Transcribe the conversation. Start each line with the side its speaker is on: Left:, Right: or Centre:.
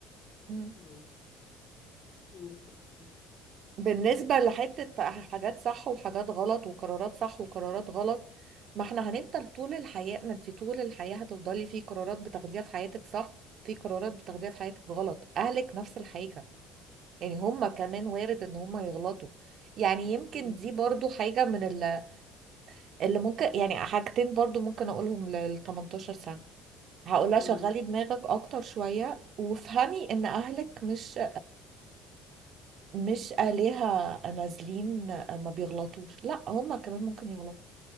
Right: مم.
Left: مم. بالنسبه لي
Right: بالنسبة لحتة حاجات صح وحاجات غلط وقرارات صح وقرارات غلط ما احنا هنفضل طول الحياة ما انت طول الحياة هتفضلي في قرارات بتاخديها في حياتك صح في قرارات بتاخديها في حياتك غلط اهلك نفس الحاجة يعني هما كمان وارد ان هما يغلطوا يعني يمكن
Left: مم.
Right: دي برضو حاجة من ال- اللي ممكن يعني حاجتين برضو ممكن اقولهم لل 18 سنة هقولها
Left: مم.
Right: شغلي دماغك اكتر شوية وافهمي ان اهلك مش مش آلهة نازلين آه، ما بيغلطوش لا هما كمان ممكن يغلطوا